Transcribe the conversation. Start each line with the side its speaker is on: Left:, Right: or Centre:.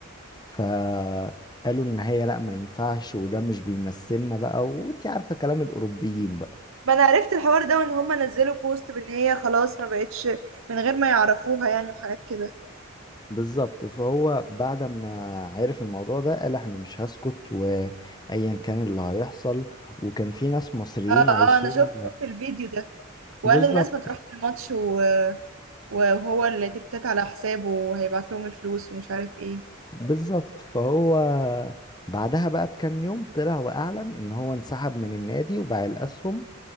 Left: فقالوا ان هي لا ما ينفعش وده مش بيمثلنا بقى وانت عارفة كلام الأوروبيين بقى
Right: ما انا عرفت الحوار ده وان هما نزلوا بوست بان هي خلاص ما بقتش من غير ما يعرفوها يعني وحاجات كده
Left: بالظبط فهو بعد ما عرف الموضوع ده قال احنا مش هسكت وايا كان اللي هيحصل وكان في ناس مصريين
Right: اه اه
Left: عايشين
Right: انا شفت شفت الفيديو ده وقال
Left: بالظبط
Right: الناس ما تروحش الماتش و... وهو اللي تكتات على حسابه وهيبعت لهم الفلوس ومش عارف ايه
Left: بالظبط فهو بعدها بقى بكام يوم طلع واعلن ان هو انسحب من النادي وباع الاسهم